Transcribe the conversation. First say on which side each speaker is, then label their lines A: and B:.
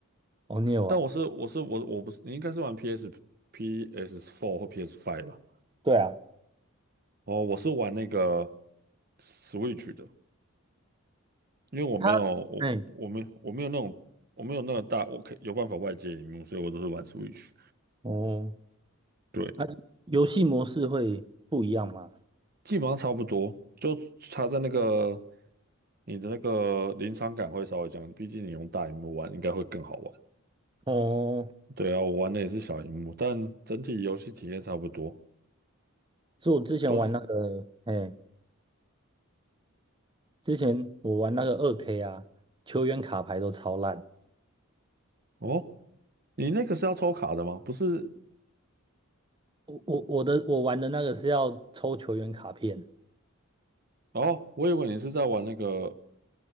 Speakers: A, on the right; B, on the right.
A: 哦，你有玩？
B: 但我是我是我我不是你应该是玩 PS PS Four 或 PS Five 吧？
A: 对啊，
B: 哦，我是玩那个 Switch 的，因为我没有我我我没有我没有那种我没有那个大我可以有办法外接荧幕，
A: 它，哎，
B: 所以我都是玩 Switch。
A: 哦，
B: 对，
A: 它游戏模式会不一样吗？
B: 基本上差不多，就差在那个你的那个临场感会稍微降低，毕竟你用大荧幕玩应该会更好玩。
A: 哦。
B: 对啊，我玩的也是小荧幕，但整体游戏体验差不多，
A: 是我之前玩那个，
B: 都是
A: 哎，之前我玩那个二 K 啊，球员卡牌都超烂。
B: 哦。你那个是要抽卡的吗？不是
A: 我我我的我玩的那个是要抽球员卡片，
B: 哦，我以为你是在玩那个